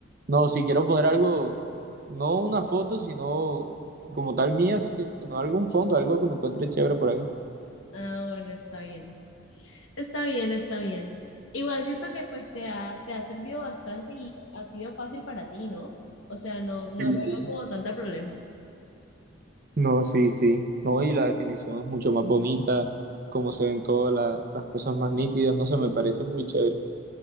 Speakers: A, on the right; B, on the left.
A: No, si quiero poner algo, no una foto, sino como tal mía, sino algún fondo, algo que me encuentre chévere por ahí.
B: Ah, bueno, está bien. Está bien, está bien. Igual siento que pues te ha, te ha servido bastante y ha sido fácil para ti, ¿no? O sea, no, no
A: Mm.
B: lo veo como tanta problema.
A: No, sí, sí. No, y la definición es mucho más bonita, como se ven todas la- las cosas más nítidas, no sé, me parece muy chévere.